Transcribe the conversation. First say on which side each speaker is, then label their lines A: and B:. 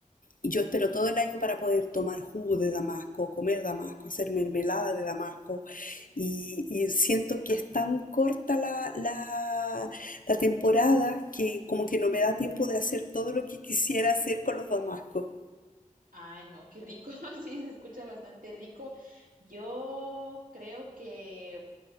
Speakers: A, on the left; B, on the right.
A: y yo espero todo el año para poder tomar jugo de Damasco, comer Damasco, hacer mermelada de Damasco. Y, y siento que es tan corta la, la, la temporada que como que no me da tiempo de hacer todo lo que quisiera hacer con los Damascos.
B: Ay, no, qué rico, <laughs> No sí, se escucha bastante rico. Yo creo que